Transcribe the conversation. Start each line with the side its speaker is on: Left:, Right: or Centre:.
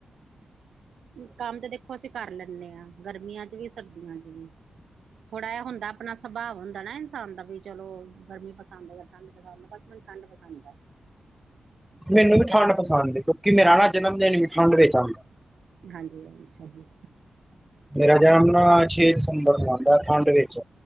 Right: ਕੰਮ ਤੇ ਦੇਖੋ ਅਸੀਂ ਕਰ ਲੈਂਣੇ ਆਂ ਗਰਮੀਆਂ 'ਚ ਵੀ ਸਰਦੀਆਂ 'ਚ ਵੀ ਥੋੜ੍ਹਾ ਇਹ ਹੁੰਦਾ ਆਪਣਾ ਸੁਭਾਵ ਹੁੰਦਾ ਨਾ ਇਨਸਾਨ ਦਾ ਵੀ ਚਲੋ। ਗਰਮੀ ਪਸੰਦ ਹੈ ਜਾਂ ਠੰਢ ਪਸੰਦ ਬਸ ਮੈਨੂੰ ਠੰਢ ਪਸੰਦ ਐ।
Centre: ਮੈਨੂੰ ਵੀ ਠੰਡ ਪਸੰਦ ਹੈ ਕਿਉਂਕਿ ਮੇਰਾ ਨਾ ਜਨਮ ਦਿਨ ਵੀ ਠੰਡ ਵਿੱਚ ਆਂਦਾ।
Right: ਹਾਂਜੀ ਅੱਛਾ ਜੀ।
Centre: ਮੇਰਾ ਜਨਮ ਨਾ ਛੇ ਦਸੰਬਰ ਨੂੰ ਆਂਦਾ ਠੰਡ ਵਿੱਚ